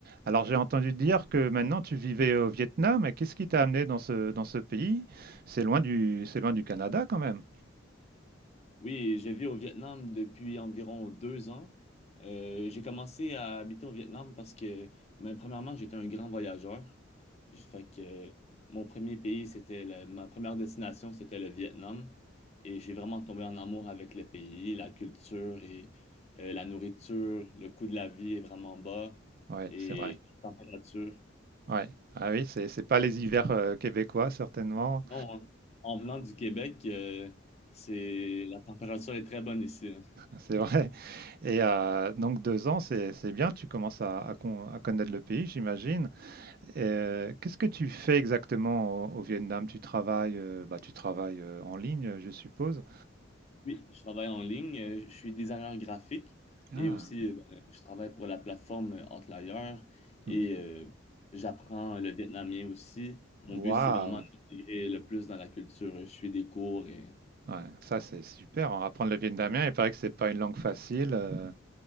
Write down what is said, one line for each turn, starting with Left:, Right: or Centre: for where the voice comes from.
Right: Alors j'ai entendu dire que maintenant tu vivais au Vietnam, mais qu'est-ce qui t'a amené dans ce, dans ce pays? C'est loin du, c'est loin du Canada quand même.
Left: Oui, je vis au Vietnam depuis environ deux ans. Euh, j'ai commencé à habiter au Vietnam parce que, mais premièrement, j'étais un grand voyageur. J- Fait que mon premier pays, c'était le- ma première destination, c'était le Vietnam. Et j'ai vraiment tombé en amour avec le pays, la culture et euh, la nourriture. Le coût de la vie est vraiment bas
Right: Oui,
Left: et
Right: c'est vrai.
Left: la température.
Right: Ouais. Ah oui, c'est, c'est pas les hivers euh, québécois certainement,
Left: Non, en, en venant du Québec, euh, c'est la température est très bonne ici. hein.
Right: c'est vrai. Et euh, donc deux ans, c'est, c'est bien, tu commences à, à con- à connaître le pays, j'imagine. Et, euh, qu'est-ce que tu fais exactement au, au Vietnam? Tu travailles, euh, bah, tu travailles euh, en ligne, je suppose.
Left: Oui, je travaille en ligne. euh, Je suis designer graphique
Right: Ah.
Left: et aussi euh, ben, je travaille pour la plateforme Outlier
Right: Mhm.
Left: et euh, j'apprends le vietnamien aussi. Mon but,
Right: Waouh!
Left: c'est vraiment d'intégrer le plus dans la culture. Je suis des cours et
Right: Ouais, ça c'est super. hein. Apprendre le vietnamien, il paraît que c'est pas une langue facile euh,